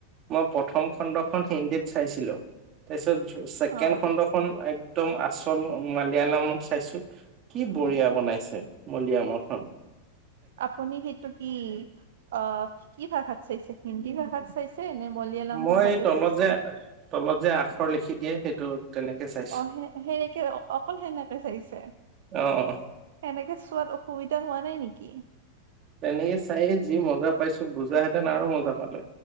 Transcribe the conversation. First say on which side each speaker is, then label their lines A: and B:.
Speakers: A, on the right; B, on the right.
A: মই প্ৰথম খণ্ডখন হিন্দীত চাইছিলো। তাৰপিছত ছেকেণ্ড
B: হয়,
A: খণ্ডখন এক একদম আচল মালিয়ালমত চাইছো কি বঢ়িয়া বনাইছে মলয়ামৰখনন।
B: আপুনি সেইটো কি অ কি ভাষাত চাইছে হিন্দী ভাষাত চাইছে নে মলয়ালম
A: মই
B: ভাষাতে
A: এই তলত
B: চাইছে?
A: যে তলত যে আখৰ লিখি দিয়ে সেইটো তেনেকে চাইছোঁ।
B: অ সে সেনেকে অকল সেনেকে চাইছে
A: অ',
B: সেনেকে চোৱাত অসুবিধা হোৱা নাই নেকি? কি?
A: তেনেকে চাইে যি মজা পাইছো বুজ হেঁতেন আৰু মজা পালে